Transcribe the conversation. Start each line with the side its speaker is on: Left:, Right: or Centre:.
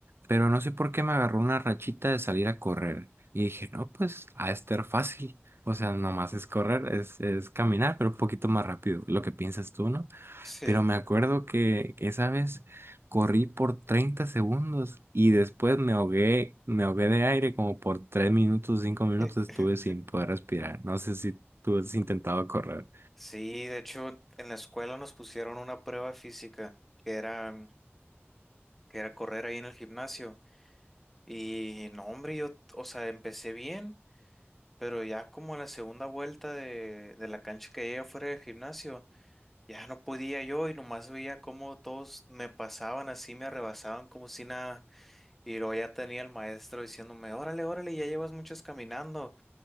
Right: pero no sé por qué me agarró una rachita de salir a correr. Y dije, no, pues a estar fácil. O sea, nomás es correr, es, es caminar, pero un poquito más rápido, lo que piensas tú, ¿no?
Centre: Sí.
Right: Pero me acuerdo que esa vez corrí por 30 segundos y después me ahogué, me ahogué de aire como por 3 minutos, 5 minutos,
Centre: <laughs>
Right: estuve sin poder respirar. No sé si tú has intentado correr.
Centre: Sí, de hecho, en la escuela nos pusieron una prueba física que era, que era correr ahí en el gimnasio. Y no, hombre, yo, o sea, empecé bien, pero ya como a la segunda vuelta de, de la cancha que llegué fuera del gimnasio, ya no podía yo y nomás veía cómo todos me pasaban así, me rebasaban como si nada. Y luego ya tenía el maestro diciéndome, órale, órale, ya llevas muchas caminando.